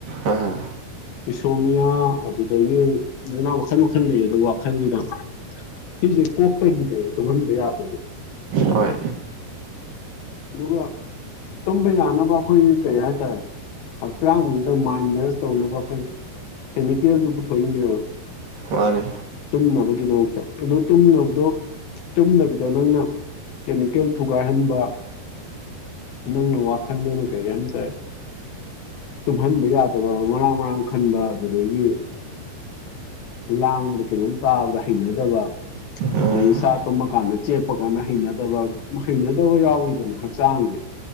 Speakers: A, on the right (about 60°); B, on the left (about 70°).
A: ꯑꯥ
B: ꯏꯁꯣꯃꯤꯌꯥ ꯑꯗꯨꯗꯒꯤ ꯂꯩꯅꯥ ꯃꯈꯜ ꯃꯈꯜ ꯂꯩ ꯑꯗꯨ ꯋꯥꯈꯜꯁꯤꯅ ꯁꯤꯁꯦ ꯀꯣꯛꯇꯒꯤꯅꯦꯕ ꯇꯨꯝꯍꯟꯕ ꯌꯥꯗꯔꯤꯗꯣ
A: ꯍꯣꯏ
B: ꯑꯗꯨꯒ ꯇꯨꯝꯕ ꯌꯥꯅꯕ ꯑꯩꯈꯣꯏ ꯀꯩ ꯍꯥꯏꯇꯥꯔꯦ ꯍꯛꯆꯥꯡꯗꯨꯗ ꯃꯥꯏꯟ ꯔꯦꯁ ꯇꯧꯅꯕ ꯑꯩꯈꯣꯏ ꯀꯦꯃꯤꯀꯦꯜꯗꯨ ꯄꯨꯊꯣꯏꯅꯦꯕ
A: ꯃꯥꯅꯦ
B: ꯇꯨꯝꯅꯕꯒꯤꯗꯃꯛꯇ ꯑꯗꯣ ꯇꯨꯝꯅꯕꯗꯣ ꯇꯨꯝꯅꯕꯗꯣ ꯅꯪꯅ ꯀꯦꯃꯤꯀꯦꯜ ꯊꯨꯒꯥꯏꯍꯟꯕ ꯅꯪꯅ ꯋꯥꯈꯟꯗꯨꯅ ꯀꯩ ꯑꯦꯝ ꯇ ꯇꯨꯝꯍꯟꯕ ꯌꯥꯗꯕ ꯃꯔꯥꯡ ꯃꯔꯥꯡ ꯈꯟꯕ ꯑꯗꯨꯗꯒꯤ ꯂꯥꯡꯕꯗ ꯀꯩꯅꯣꯝ ꯇꯥꯕꯗ ꯍꯩꯅꯗꯕ꯫
A: ꯎꯝ
B: ꯑꯗꯩ ꯏꯁꯥ ꯇꯨꯝꯃ ꯀꯥꯟꯗ ꯆꯦꯞꯄ ꯀꯥꯟꯗ ꯍꯩꯅꯗꯕ ꯍꯩꯅꯗꯕ ꯌꯥꯎꯋꯤꯗꯅ ꯍꯛꯆꯥꯡꯖꯦ